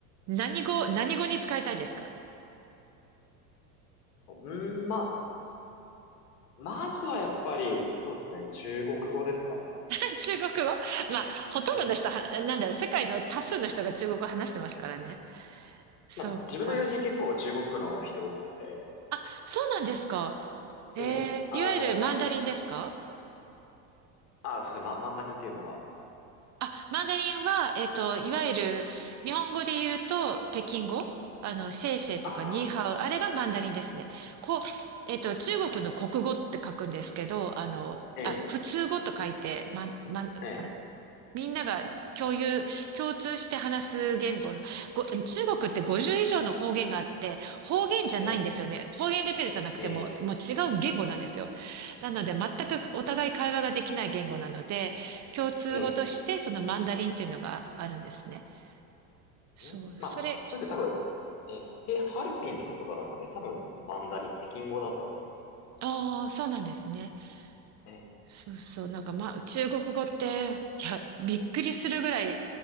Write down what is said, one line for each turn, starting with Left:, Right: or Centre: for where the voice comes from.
Right: う、何語、何語に使いたいですか
Left: うん、まあ、まずはやっぱり、そうですね、中国語ですかね。
Right: <laughs> 中国語まあ、ほとんどの人は、
Left: ええ。
Right: なんだろう、世界の多数の人が中国語話してますからね。そうか。
Left: まあ、自分の友人結構中国の人多くて、
Right: あ、そうなんですか。えー、
Left: ええ。あの
Right: いわゆるマンダリンですか
Left: あ、そうですね、マ、マンダリンっていうのは。
Right: あ、マンダリンは、えっと、いわゆる日本語で言うと北京語、あの、シェイシェイとかニーハオ、
Left: ああ。
Right: あれがマンダリンですね。こう、えっと、中国の国語って書くんですけど、あの、
Left: ええ、
Right: あ、普通語と書いて、ま、ま、マ
Left: ええ、
Right: みんなが共有、共通して話す言語の、ご、中国って50以上の方言があって、方言じゃないんですよね。
Left: ええ、
Right: 方言レベルじゃなくても、
Left: ええ、
Right: もう違う言語なんですよ。なので、全くお互い会話ができない言語なので、
Left: ええ、
Right: 共通語としてそのマンダリンっていうのがあるんですね。
Left: ええ
Right: そう、
Left: うん、
Right: それ、
Left: まあ、そうですね、多分、ええ、へハルピンとかなんで、多分、マンダリン、北京語だと思う。
Right: ああー、そうなんですね。
Left: ええ
Right: そうそう、なんかまあ、中国語って、いや、びっくりするぐらい